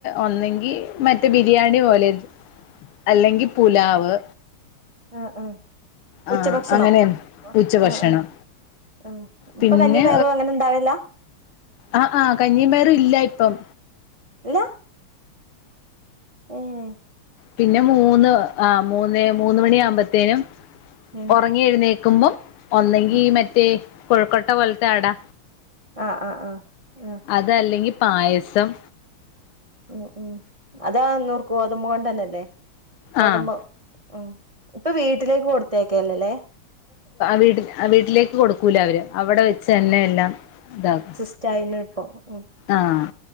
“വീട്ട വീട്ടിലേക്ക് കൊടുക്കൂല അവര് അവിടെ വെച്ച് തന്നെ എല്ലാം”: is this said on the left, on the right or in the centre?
Left